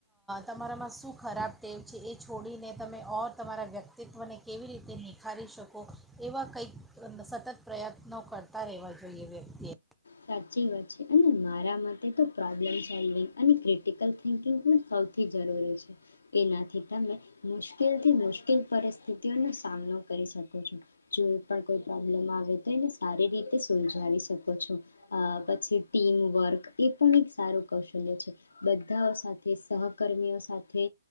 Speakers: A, in the centre; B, on the left (about 75°).
A: તમારામાં શું ખરાબ ટેવ છે એ છોડીને તમે ઓર તમારા વ્યક્તિત્વને કેવી રીતે નિખારી શકો એવા કંઈક સતત પ્રયત્નો કરતા રહેવા જોઈએ વ્યક્તિએ
B: સાચી વાત છે અને મારા માટે તો પ્રોબ્લમ સોલ્વિંગ અને ક્રિટિકલ થિંકિંગ પણ સૌથી જરૂરી છે તેનાથી તમે મુશ્કેલથી મુશ્કેલ પરિસ્થિતિઓનો સામનો કરી શકો છો જોઈ પણ કોઈ પ્રોબ્લમ આવે તો એને સારી રીતે સુલઝાવી શકો છો અ પછી ટીમવર્ક એ પણ એક સારું કૌશલ્ય છે બધાઓ સાથે સહકર્મીઓ સાથે